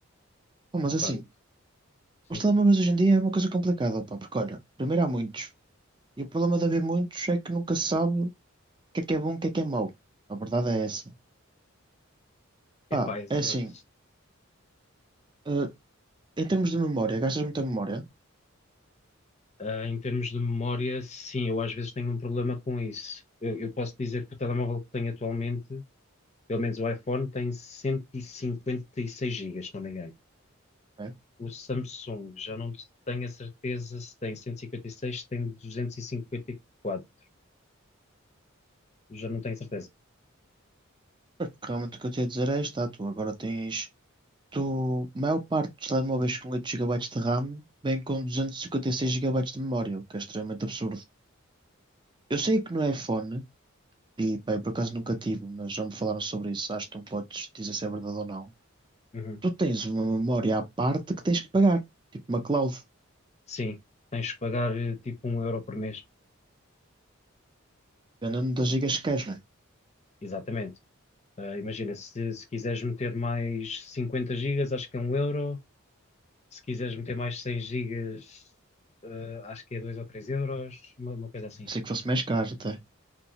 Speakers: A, on the right; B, on the left.
A: Bom, mas assim,
B: pá, sim.
A: os telemóveis hoje em dia é uma coisa complicada, pá, porque olha, primeiro há muitos. E o problema de haver muitos é que nunca se sabe o que é que é bom e o que é que é mau. A verdade é essa.
B: Epá,
A: Pá,
B: exato.
A: é assim, eh, em termos de memória, gastas muita memória,
B: Ah, em termos de memória, sim, eu às vezes tenho um problema com isso. Eu, eu posso dizer que o telemóvel que tenho atualmente Pelo menos o iPhone tem 156 gigas, se não me engano.
A: né?
B: O Samsung, já não tenho a certeza se tem 156, se tem 254. Já não tenho certeza.
A: Mas porque realmente o que eu te ia dizer é isto, tá, tu agora tens. tu a maior parte dos telemóveis com 8 gigabytes de RAM vem com 256 gigabytes de memória, o que é extremamente absurdo. Eu sei que não é fone, e pá, eu por acaso nunca tive, mas já me falaram sobre isso. Acho que não podes dizer se é verdade ou não.
B: Uhum.
A: Tu tens uma memória à parte que tens que pagar, tipo uma cloud,
B: Sim, tens que pagar eh, tipo um euro por mês.
A: dependendo das gigas que queres, né?
B: Exatamente. Ah, imagina, se, se quiseres meter mais 50 gigas, acho que é um euro. Se quiseres meter mais 100 gigas, ah, acho que é 2 ou 3 euros, uma, uma coisa assim.
A: Pensei que fosse mais caro até.